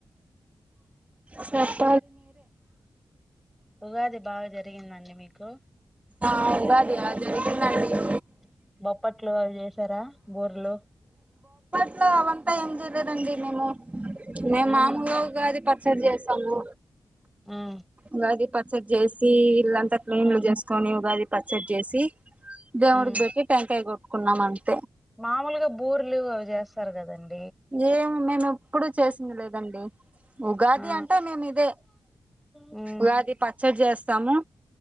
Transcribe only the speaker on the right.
సరే
ఆ ఉగాది ఆ జరిగిందండి
ఇంట్లో అవంతా ఏం జేయాలేదండి మేము మేము
మాములుగా ఉగాది పచ్చడి చేస్తాము.
ఉగాది పచ్చడి చే సి అంత క్లీన్లు
చేసుకొని ఉగాది పచ్చడి చేసి దేవుడికి
పెట్టి టెంకాయ కొ కున్నా అన్మాట
ఏమో మేము ఎప్ ఎప్పుడు చేసింది లేదండి. ఉగాది
అంటే మేము ఇదే
ఉగాది పచ్చడి చేస్తాం. చేస్తాము